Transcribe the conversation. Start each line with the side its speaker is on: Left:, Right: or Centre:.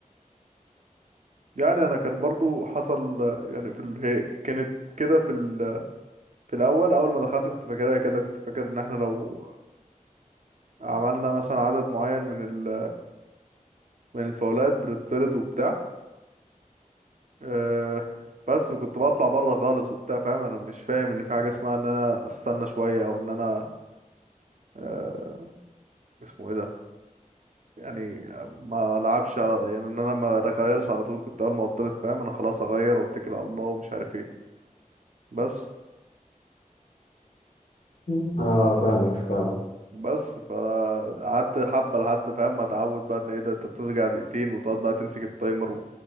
Right: يعني انا كان برضو حصل يعني في ال... هي كانت كده في ال... في الاول اول ما دخلت كنت فاكرها كده كنت فاكر ان احنا لو عملنا مثلا عدد معين من ال... من الفاولات بنطرد وبتاع أه بس وكنت بطلع بره خالص وبتاع فاهم انا مش فاهم ان في حاجه اسمها ان انا استنى شويه او ان انا أه اسمه ايه ده يعني ما لعبش على يعني ان انا ما اغيرش على طول كنت اول ما اطرد فاهم انا خلاص اغير واتكل على الله ومش عارف ايه بس
Left: مم. اه فاهمك فاهم
Right: بس فانا قعدت حبه لحد فاهم ما اتعود بقى ان ايه ده انت ترجع دقيقتين وتقعد بقى تمسك التايمر